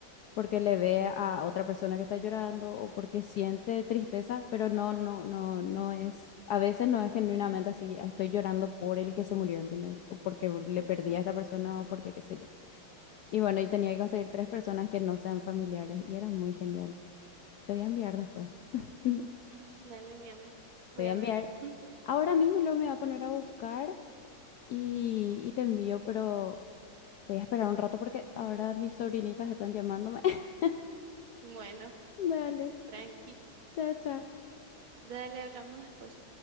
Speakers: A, on the left; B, on the right.
A: porque le ve a otra persona que está llorando o porque siente tristeza, pero no, no, no, no es, a veces no es genuinamente así, "Ah, estoy llorando por el que se murió, ¿entendés? O porque le
B: ujú.
A: perdí a esta persona o porque qué sé yo. Y bueno, y tenía que conseguir tres personas que no sean familiares y era muy genial. Te voy a enviar después. <laughs>
B: Dale, envíame. Voy
A: Te voy
B: a
A: a enviar.
B: ver. <laughs>
A: Ahora mismo luego me voy a poner a buscar y, y te envío, pero voy a esperar un rato porque ahora mis sobrinitas están llamándome. <laughs>
B: Bueno,
A: Dale,
B: tranqui.
A: chao, chao.
B: Dale, hablamos después.